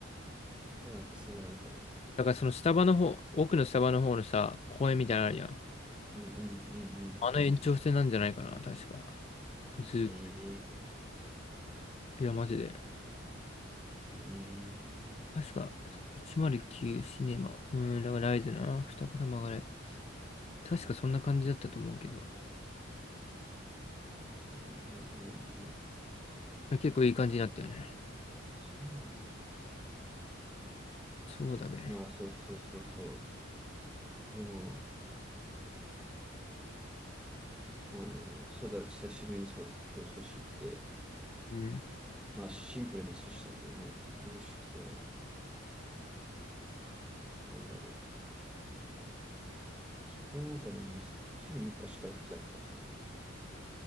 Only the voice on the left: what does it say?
だからそのスタバの方、奥のスタバの方のさ、公園みたいなのあるやん。
あの延長線なんじゃないかな、確か。ずっ
と、いや、マジで。
確か、109シネマ。うーん、だからライズな、二子玉がね。確かそんな感じだったと思うけど。
結構いい感じになったよね。
そうだべ。
うん。